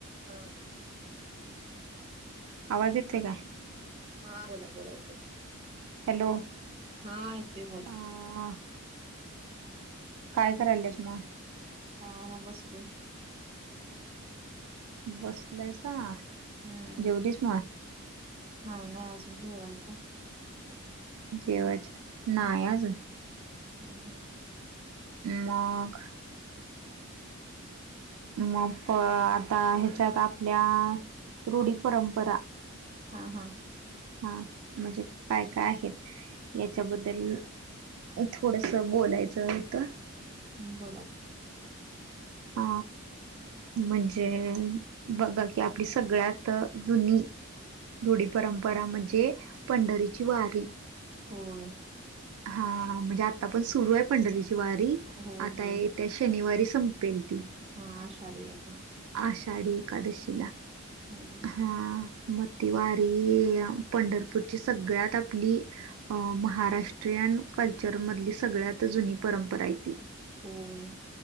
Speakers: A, on the right; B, on the right.
A: हा
B: आवाज येतोय का?
A: हा बोला बोला येतोय.
B: हॅलो
A: हा येतोय बोला.
B: अ काय करायलस मग?
A: काय नाय बसलोय.
B: बसलायसा.
A: हम्म
B: जेवलीस मग
A: नाही नाही. अजून जेवायचाय
B: जेवायचं नाय आजुन,
A: हम्म-हम्म
B: मग?
A: <unintelligible>
B: मग आता ह्याच्यात आपल्या रूढी परंपरा-
A: हा-हा.
B: हा. म्हणजे काय काय आहेत? याच्याबद्दल थोडस- बोलायचं होतं.
A: हम्म. बोला की.
B: अ. म्हणजे बघा की आपली सगळ्यात जुनी- रूढी परंपरा म्हणजे पंढरीची वारी.
A: होय.
B: हा. म्हणजे आत्ता पण सुरू आहे पंढरीची वारी
A: होय
B: आता
A: होय
B: येत्या शन - शनिवारी संपेल ती.
A: हा. आषाढी आता.
B: आषाढी एकादशीला.
A: हम्म.
B: हा. मग ती वारी पंढरपूरची सगळ्यात आपली- अ महाराष्ट्रीयन, कल्चरमधली, सगळ्यात जुनी परंपरा आहे ती.
A: होय.